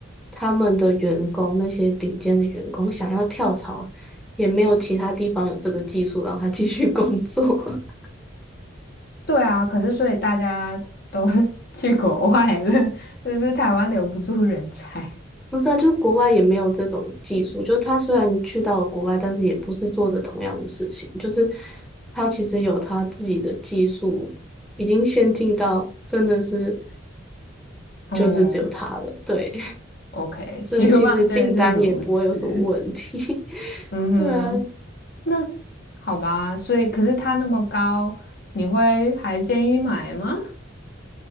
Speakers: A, in the centre; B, on the left (about 50°).
A: 他们的员工那些顶尖的员工想要跳槽，也没有其他地方有这个技术让他继续工作。<laughs>
B: 对啊，可是所以大家都 <laughs> 去国外了，<laughs> 就是台湾留不住人才。
A: 不是啊，就国外也没有这种技术。就他虽然去到了国外，但是也不是做着同样的事情。就是他其实有他自己的技术，已经先进到真的是
B: <laughs> 嗯
A: 就是只有他了。对，<laughs>
B: ，OK，希望真的是如此。
A: 所以其实订单也不会有什么问题。<laughs>
B: 嗯哼，
A: 对啊，
B: 那 <laughs> 好吧，所以可是它那么高，你会还建议买吗？